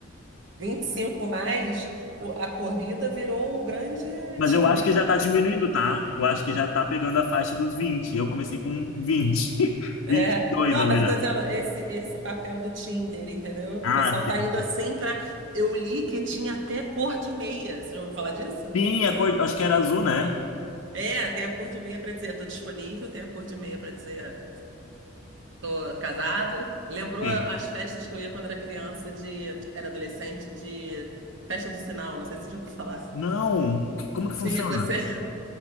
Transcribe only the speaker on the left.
Mas
eu acho que já tá diminuindo, tá? Eu acho que já tá pegando a faixa dos vinte Eu comecei com vinte <laughs>
vinte e dois
na verdade.
Ah,
sim.
Sim, a cor, acho que era azul, né?
Sim.
Não, que- como que funciona?